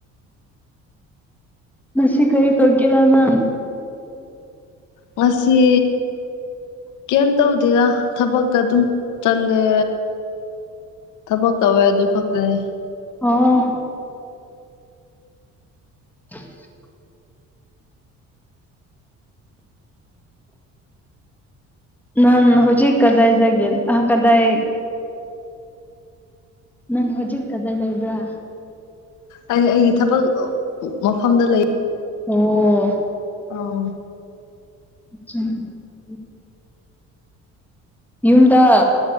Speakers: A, in the centre; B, on the left.
A: ꯉꯁꯤ ꯀꯔꯤ ꯇꯧꯒꯦꯔꯥ ꯅꯪ
B: ꯉꯁꯤ ꯀꯩꯝ ꯇꯧꯗꯦꯗ ꯊꯕꯛꯇ ꯑꯗꯨꯝ ꯆꯠꯂꯦ ꯊꯕꯛ ꯇꯧꯋꯦ ꯑꯗꯨ ꯈꯛꯇꯅꯦ
A: ꯑꯣꯥ <unintelligible> ꯅꯪ ꯍꯧꯖꯤꯛ ꯀꯗꯥꯏꯗꯒꯦ ꯑꯍ ꯀꯗꯥꯏ ꯅꯪ ꯍꯧꯖꯤꯛ ꯀꯗꯥꯏ ꯂꯩꯕ꯭ꯔꯥ
B: ꯑꯩ ꯑꯩꯒꯤ ꯊꯕꯛ ꯃꯐꯝꯗ ꯂꯩ
A: ꯑꯣ
B: ꯑꯥ
A: ꯑ <inaudible> ꯌꯨꯝꯗ